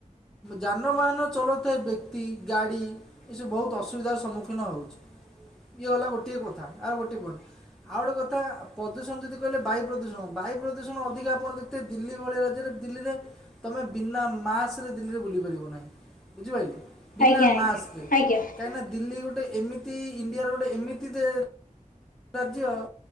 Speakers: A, in the centre; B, on the left (about 75°).
A: ଯାନବାହନ ଚଲୋଉଥିବା ବ୍ୟ ତି ଗାଡ଼ି ଏସବୁ ବହୁତ ଅସୁବିଧାର ସମ୍ମୁଖୀନ ହଉଚି ଇଏ ଗଲା ଗୋଟିଏ କଥା ଗୋଟେ ପଏଣ୍ଟ ଆଉ ଗୋଟେ କଥା ପ୍ରଦୂଷଣ ଯଦି କହିଲେ ବାୟୁ ପ୍ରଦୂଷଣ ବାୟୁ ପ୍ରଦୂଷଣ ଅଧିକା <unintelligible> ଦିଲି୍ ଲ୍ଲୀ ଭଳିଆ ରାଜ୍ୟରେ ଦିଲ୍ଲୀରେ ତମେ ବିନା ମାସରେ ଦିଲ୍ଲୀରେ ବୁଲି ପାରିବ ନାହିଁ ବୁଝିପାଇଲେ ବିନା
B: ଆଜ୍ଞା ଆଜ୍ଞା
A: ମାସ୍କରେ
B: ଆଜ୍ଞା ଆଜ୍ଞା ଆଜ୍ଞା ଆଜ୍ଞା
A: କାହିଁକି ନା ଦିଲ୍ଲୀ ଗୋଟେ ଏମିତି ଇଣ୍ଡିଆର ଗୋଟେ ଏମିତି ଦେ ରାଜ୍ୟ